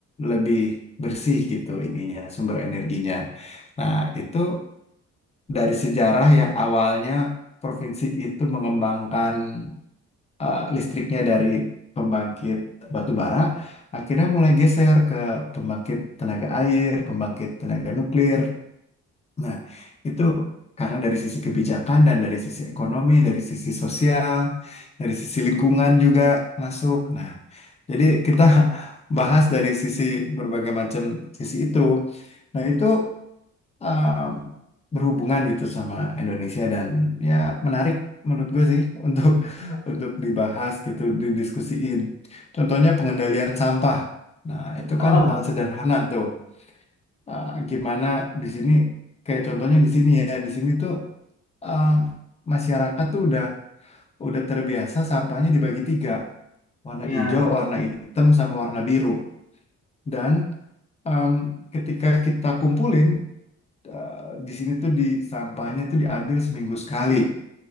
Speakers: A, on the left; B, on the left.
A: lebih bersih gitu ininya, sumber energinya. Nah, itu dari sejarah yang awalnya provinsi itu mengembangkan eh, listriknya dari pembangkit batu bara, akhirnya mulai geser ke pembangkit tenaga air, pembangkit tenaga nuklir, Nah, itu karena dari sisi kebijakan dan dari sisi ekonomi, dari sisi sosial, dari sisi lingkungan juga masuk. Nah, jadi kita <laughs> bahas dari sisi berbagai macam sisi itu. Nah, itu uh, berhubungan gitu sama Indonesia dan ya menarik menurut gue sih <laughs> untuk
B: <laughs>
A: untuk dibahas gitu, didiskusiin. Contohnya pengendalian sampah. Nah, itu
B: Heeh.
A: kan hal sederhana tuh uh, gimana di sini kayak contohnya di sini ya di sini tuh uh, masyarakat tuh udah udah terbiasa sampahnya dibagi tiga warna
B: Ya.
A: hijau warna hitam sama warna biru dan um, ketika kita kumpulin uh, di sini tuh di sampahnya tuh diambil seminggu sekali